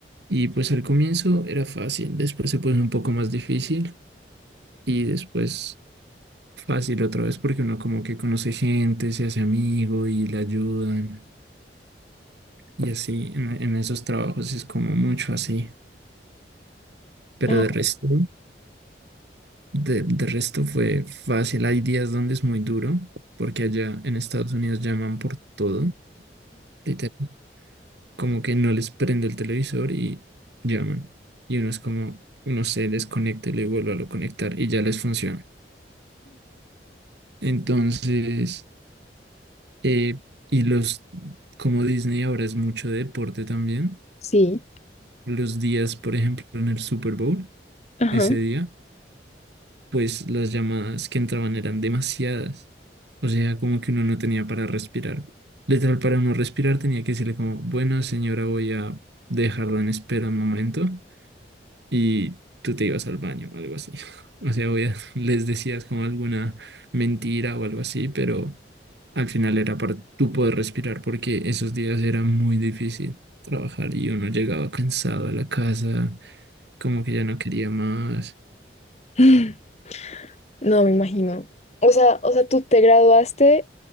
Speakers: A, on the right (about 75°); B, on the left (about 40°).
A: Y pues al comienzo era fácil, después se puso un poco más difícil y después fácil otra vez porque uno como que conoce gente, se hace amigo y le ayudan. Y así en, en esos trabajos es como mucho así. Pero
B: Ah,
A: de resto. De, de resto fue fácil. Hay días donde es muy duro, porque allá en Estados Unidos llaman por todo. literal, Como que no les prende el televisor y llaman. Y uno es como, uno se desconecta y le vuelve a lo conectar y ya les funciona. Entonces, eh, y los, como Disney ahora es mucho de deporte también,
B: sí,
A: los días, por ejemplo, en el Super Bowl,
B: ajá.
A: ese día. pues las llamadas que entraban eran demasiadas. O sea, como que uno no tenía para respirar. Literal, para uno respirar tenía que decirle como, bueno, señora, voy a dejarla en espera un momento y tú te ibas al baño o algo así. <laughs> O sea, voy <laughs> les decías como alguna mentira o algo así, pero al final era para tú poder respirar porque esos días era muy difícil trabajar y uno llegaba cansado a la casa, como que ya no quería más.
B: <laughs> No, me imagino. O sea, o sea, tú te graduaste